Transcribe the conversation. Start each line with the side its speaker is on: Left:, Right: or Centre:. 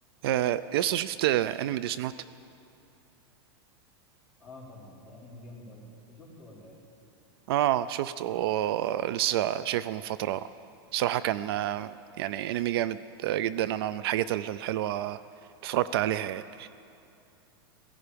Right: آه، يا اسطى شفت انمي ديس نوت
Centre: اه طبعا ده انمي جامد قوي انت شفته ولا ايه
Right: اه شفته آه، لسه شايفه من فتره صراحه كان آه، يعني انمي جامد آه، جدا انا من الحاجات ال- الحلوه اتفرجت عليها يعني